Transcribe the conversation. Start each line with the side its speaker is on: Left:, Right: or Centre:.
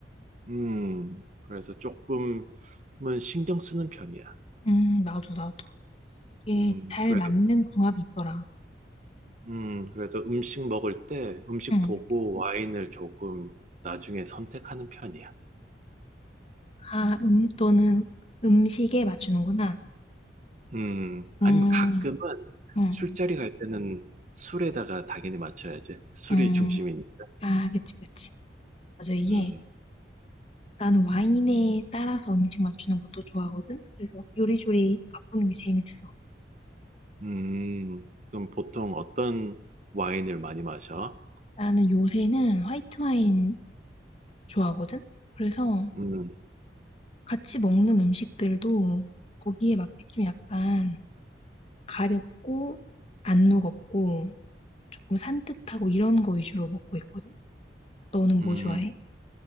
Right: 음, 그래서 조금은 신경 쓰는 편이야.
Left: 음, 나도, 나도. 이게
Right: 음,
Left: 잘
Right: 그래서,
Left: 맞는 궁합이 있더라.
Right: 음, 그래서 음식 먹을 때 음식
Left: 응.
Right: 보고 와인을 조금 나중에 선택하는 편이야.
Left: 아, 음, 너는 음식에 맞추는구나.
Right: 음, 아니면
Left: 음,
Right: 가끔은
Left: 음,
Right: 술자리 갈 때는 술에다가 당연히 맞춰야지. 술이
Left: 음.
Right: 중심이니까.
Left: 아, 그치, 그치. 맞아, 이게
Right: 음,
Left: 나는 와인에 따라서 음식 맞추는 것도 좋아하거든? 그래서 요리조리 바꾸는 게 재밌어.
Right: 음, 그럼 보통 어떤 와인을 많이 마셔?
Left: 나는 요새는 화이트 와인 좋아하거든? 그래서
Right: 음,
Left: 같이 먹는 음식들도 거기에 맞게 좀 약간 가볍고 안 무겁고 조금 산뜻하고 이런 거 위주로 먹고 있거든? 너는
Right: 음.
Left: 뭐 좋아해?